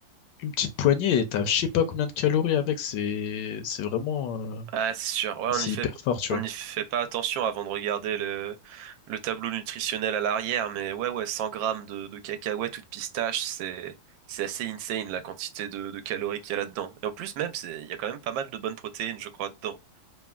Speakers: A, on the left (about 75°); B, on the right (about 80°).
A: une petite poignée et t'as je sais pas combien de calories avec. C'est, c'est vraiment, euh,
B: Ah, c'est sûr. Ouais, on
A: C'est
B: y fait,
A: hyper fort, tu
B: on
A: vois.
B: y fait pas attention avant de regarder le, le tableau nutritionnel à l'arrière, mais ouais, ouais, 100 grammes de, de cacahuètes ou de pistaches, c'est, c'est assez insane la quantité de, de calories qu'il y a là-dedans. Et en plus, même, c'est, il y a quand même pas mal de bonnes protéines, je crois, dedans.